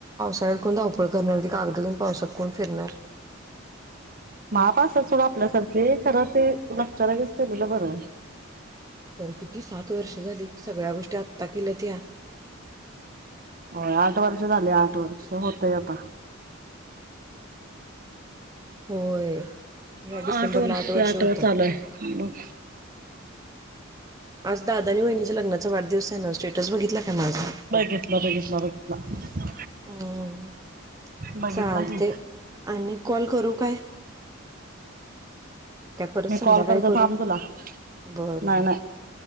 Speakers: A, on the right; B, on the right.
A: <unintelligible> कोण धावपळ करणार होते कागद घेऊन पावसात कोण फिरणार
B: महापास सड आपल्यासारखे खरं ते लक्षलागच केलेलं बरं
A: तर किती सात वर्ष झाली सगळ्या गोष्टी आत्ता केल्यात या
B: होय आठ वर्ष झाले आठ वर्ष होतय आता
A: होय ह्या डिसेंबरला
B: आठ वर्ष आठ
A: होतात.
B: व चालूय मग
A: आज दादा आणि वहिणीच्या लग्नाचा वादवस आहे ना स्टेटस बघितला काय माझा
B: बघितलं बघितलं बघितलं
A: हम्म
B: बघितला
A: चालते
B: की
A: आणि कॉल करू काय काय परत
B: मी
A: संध्याकाळी
B: कॉल करतो
A: करू
B: थांब तुला
A: बर बर
B: नाही नाही